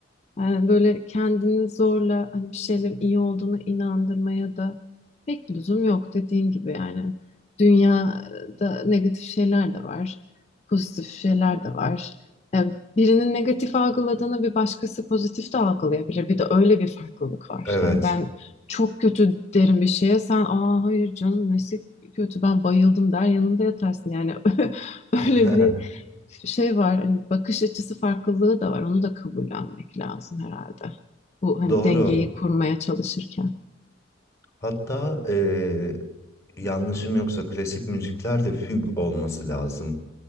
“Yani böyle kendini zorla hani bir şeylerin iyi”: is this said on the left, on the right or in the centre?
Left